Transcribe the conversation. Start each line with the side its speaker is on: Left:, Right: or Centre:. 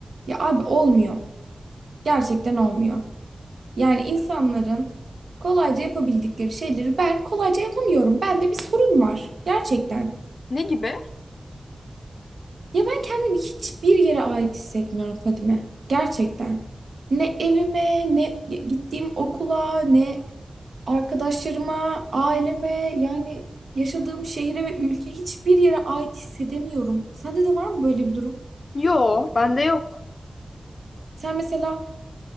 Right: Ya abi olmuyor. Gerçekten olmuyor. Yani insanların kolayca yapabildikleri şeyleri ben kolayca yapamıyorum. Bende bir sorun var. Gerçekten.
Left: Ne gibi?
Right: Ya ben kendimi hiçbir yere ait hissetmiyorum Fadime. Gerçekten. Ne evime, ne gittiğim okula, ne arkadaşlarıma, aileme, yani yaşadığım şehire ve ülke hiçbir yere ait hissedemiyorum. Sende de var mı böyle bir durum?
Left: Yo, bende yok.
Right: Sen mesela